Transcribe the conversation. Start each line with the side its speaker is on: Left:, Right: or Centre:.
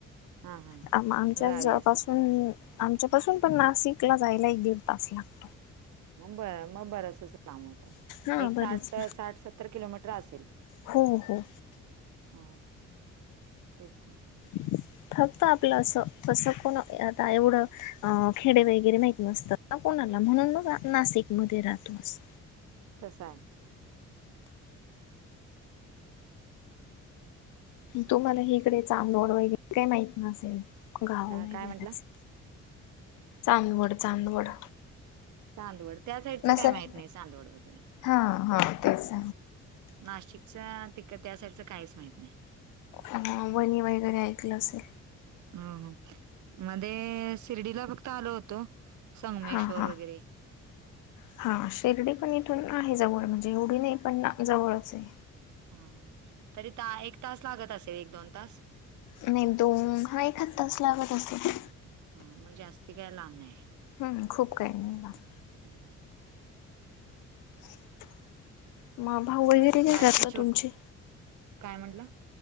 Right: हां हां
Left: आ आमच्यापासून
Right: गावी असं
Left: आमच्या पाासून पण नाशिकला जायला एक दीड तास लागतो.
Right: मग बर मग बरस च लांब होतं
Left: हा
Right: एक
Left: बरंच
Right: साठ, साठ, सत्तर किलोमीटर असेल.
Left: हो हो
Right: ह तेच की
Left: <inaudible> फक्त आपलं असं कसं कोण आता एवढं अ खेडे वगैरे माहिती नसतं. ह कोणाला म्हणून मग नाशिक मध्ये राहतोस
Right: कसा आहे हम् हम
Left: तुम्हाला ह इकडे चांदवड वगैरे काही माहित नसेल गाव
Right: अ,
Left: वगैरेच
Right: काय म्हंटला
Left: चांदवड, चांदवड
Right: चांदवड त्या साईडच
Left: नसेल
Right: काय माहित नाही चांदवड वगैरे.
Left: हा हा तेच
Right: नाशिकच तिक त्या साईडचं काहीच माहीत नाही.
Left: ह वणी वगैरे ऐकलं असेल
Right: हो मध्ये शिर्डीला फक्त आलो होतो. संगमेश्वर
Left: हा हा
Right: वगैरे
Left: हा शिर्डी पण इथून आहे जवळ म्हणजे एवढी नाही पण जवळच आहे
Right: हा तरी त एक तास लागत असेल, एक दोन तास.
Left: नाही दोन ह एखाद तास लागत असेल.
Right: हा मग जास्ती काय लांब नाहीय.
Left: हम्म खूप काही नाही लांब.
Right: हम् हम्
Left: <inaudible> मग भाऊ वगैरे ते काय
Right: बारकी
Left: करतात
Right: छोट
Left: तुमचे?
Right: काय म्हटलं